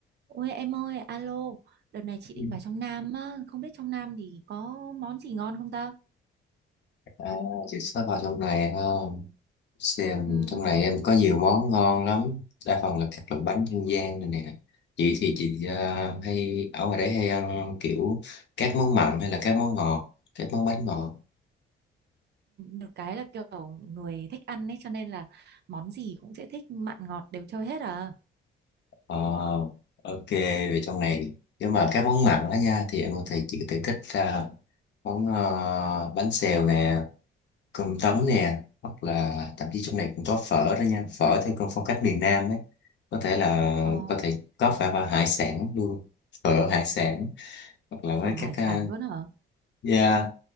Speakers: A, on the right; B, on the left.
A: Ôi em ơi, alo, đợt này chị định
B: Ừ.
A: vào trong Nam á, không biết trong Nam thì có món gì ngon không ta?
B: À, chị sẽ vào trong này ha. Xem
A: Ừm,
B: trong này em có nhiều món ngon lắm. Đa phần là các loại bánh dân gian này nè. Chị thì chị ờ, hay ở ngoài đấy hay ăn kiểu các món mặn hay là các món ngọt, các món bánh ngọt.
A: được cái là kiểu người thích ăn ấy cho nên là món gì cũng sẽ thích mặn ngọt đều chơi hết à.
B: Ờ, ok, về trong này nếu mà các món mặn đó nha thì em có thể chị có thể thích ra món ờ, bánh xèo nè cơm tấm nè hoặc là thậm chí trong này cũng có phở đó nha phở theo con phong cách miền Nam ấy có thể là
A: Ồ,
B: có thể có phải vào hải sản luôn phở hải sản hoặc là với
A: phở hải
B: các
A: sản
B: à,
A: luôn hả?
B: yeah,